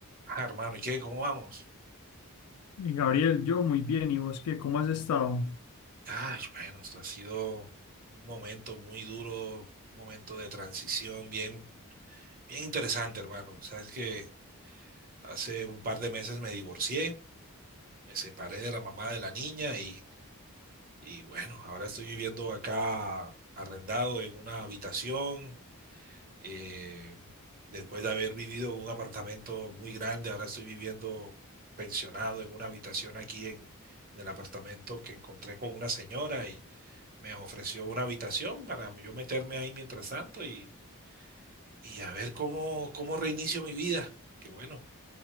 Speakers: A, on the right; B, on the left.
A: Ah, hermano, ¿y qué? ¿Cómo vamos?
B: Y Gabriel, yo muy bien, ¿y vos qué? ¿Cómo has estado?
A: Ay, bueno, esto ha sido un momento muy duro, un momento de transición bien, bien interesante, hermano. Pues sabes que hace un par de meses me divorcié, me separé de la mamá de la niña y, y bueno, ahora estoy viviendo acá arrendado en una habitación. eh, después de haber vivido en un apartamento muy grande, ahora estoy viviendo pensionado en una habitación aquí en en el apartamento que encontré con una señora me ofreció una habitación para yo meterme ahí mientras tanto y, y a ver cómo, cómo reinicio mi vida. Que bueno,